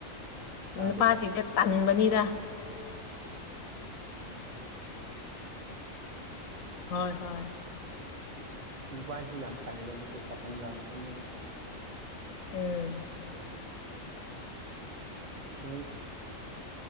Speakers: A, on the right; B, on the left.
A: ꯆꯥꯗꯦꯕ
B: ꯅꯨꯄꯥ ꯁꯤꯡꯁꯦ ꯇꯟꯕꯅꯤꯗ ꯍꯣꯏ ꯍꯣꯏ
A: ꯅꯨꯄꯥ ꯁꯤꯡꯁꯦ ꯌꯥꯝ ꯇꯥꯟꯂꯦꯕ ꯀꯣ ꯀꯥꯇꯟꯖꯥꯎ ꯉꯛꯇ ꯅꯦꯕ
B: ꯎꯝ
A: ꯅꯣꯢ